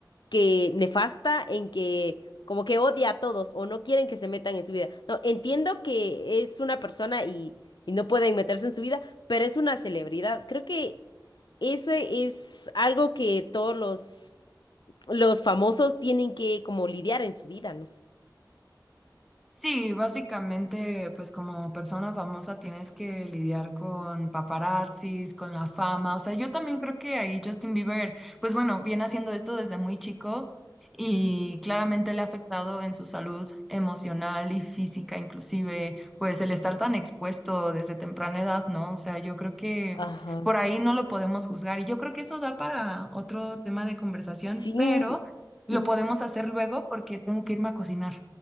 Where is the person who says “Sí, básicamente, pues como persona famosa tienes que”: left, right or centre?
Centre